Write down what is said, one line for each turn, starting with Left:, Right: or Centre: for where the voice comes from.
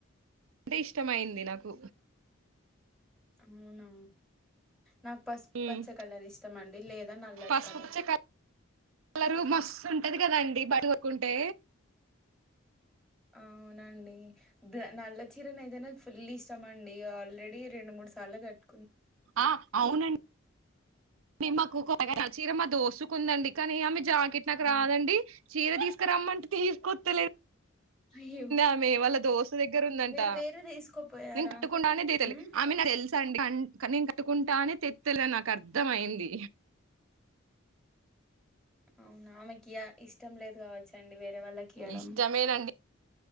Right: అంటే ఇష్టంమయింది నాకు
Centre: అవునా నాకు పసుపు
Right: ఉమ్
Centre: పచ్చ కలర్ ఇష్టం మండి లేద నల్లటి
Right: పసుపు
Centre: కలర్
Right: పచ్చ కలరు మస్తు ఉంటది కదాండి <unintelligible> కొనుకుంటే
Centre: అవునండి నల్ల చీర అయితే నాకు ఫుల్ ఇష్ట మండి ఆల్రెడీ రెండు మూ సాల్ కట్
Right: ఆ అవున మాకు చీర మా దోస్తు కొందండి కానీ ఆమె జాకెట్ నాకు
Centre: ఉమ్.
Right: రాదండి చీర తీసుకురమ్మంటే తీసుకొస్తలే
Centre: అయ్యో
Right: అమే వాళ్ళ దోస్ దగ్గర ఉందంట
Centre: మీరు వేరే తీసుకోపోయారా
Right: కట్టుకుండానే <unintelligible>
Centre: ఉమ్
Right: నేను కట్టుకుంటానే తెత్తలే నాకు అర్థం అయింది
Centre: అవునా ఆమెకియ ఇష్టం లేదు కావచ్చండి వేరే వాళ్ళకి ఇయ్వడం
Right: ఇష్టమేనండి